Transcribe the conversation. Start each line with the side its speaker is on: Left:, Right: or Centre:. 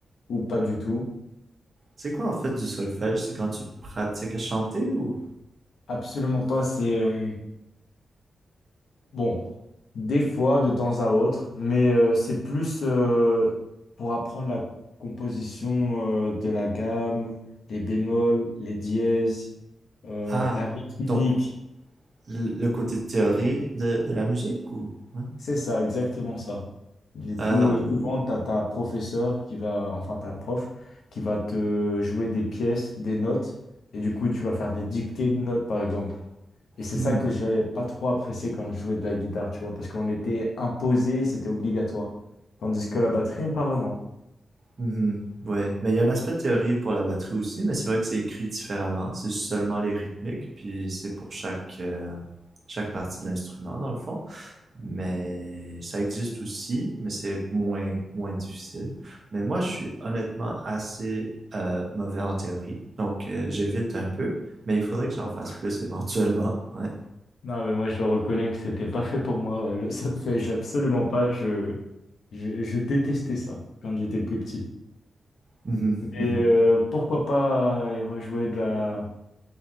Left: ou pas du tout?
Right: C'est quoi en fait du solfège? C'est quand tu pratiques à chanter ou...
Left: Absolument pas. C'est euh, Bon, des fois, de temps à autre, mais euh, c'est plus euh, pour apprendre la composition euh, de la gamme, les bémols, les dièses, euh,
Right: Ah,
Left: la rythmique.
Right: donc le le côté théorie de, de la musique ou... Ouais.
Left: C'est ça, exactement ça. Du coup,
Right: Euh,
Left: euh,
Right: ou...
Left: souvent, tu as ta professeur qui va, enfin, ta prof qui va te jouer des pièces, des notes, et du coup, tu vas faire des dictées de notes, par exemple. Et c'est
Right: Hmm,
Left: ça que j'avais pas trop apprécié quand je jouais de la guitare, tu vois, parce qu'on était imposé, c'était obligatoire. Tandis que la batterie, pas vraiment.
Right: mhm, Ouais, mais il y a un aspect théorie pour la batterie aussi, mais c'est vrai que c'est écrit différemment. C'est seulement les rythmiques, puis c'est pour chaque, euh, chaque partie de l'instrument dans le fond. Mais ça existe aussi, mais c'est moins, moins difficile. Mais moi, je suis honnêtement assez euh, mauvais en théorie, donc euh, j'évite un peu, mais il faudrait que j'en
Left: Bon.
Right: fasse plus éventuellement. <laughs> Ouais.
Left: Non, mais moi, je le reconnais que c'était pas fait pour moi. ouais. Le solfège, absolument pas. Je, je, je détestais ça quand j'étais plus petit.
Right: Mhm,
Left: Et
Right: mhm.
Left: euh, pourquoi pas y rejouer de la.